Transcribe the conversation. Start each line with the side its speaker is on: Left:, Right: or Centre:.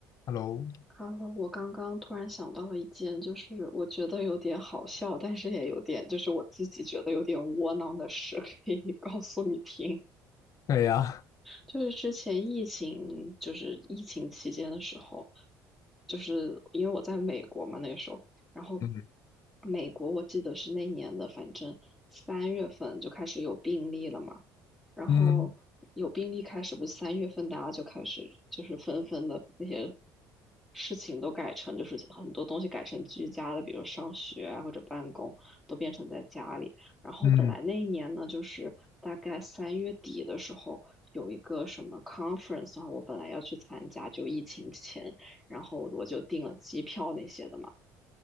Left: Hello，
Centre: 哈喽，我刚刚突然想到了一件，就是我觉得有点好笑，但是也有点，就是我自己觉得有点窝囊的事，可以告诉你听。
Left: 对呀，
Centre: 就是之前疫情，就是疫情期间的时候，就是因为我在美国嘛，那个时候，然后
Left: 嗯
Centre: 美国我记得是那年的，反正三月份就开始有病例了嘛，然后有病例开始，
Left: 嗯
Centre: 不是三月份大家就开始就是纷纷的那些事情都改成，就是很多东西改成居家的，比如上学啊或者办公都变成在家里。然后本来那一年呢，
Left: 嗯
Centre: 就是大概三月底的时候。有一个什么 conference，然后我本来要去参加，就疫情前，然后我就订了机票那些的嘛。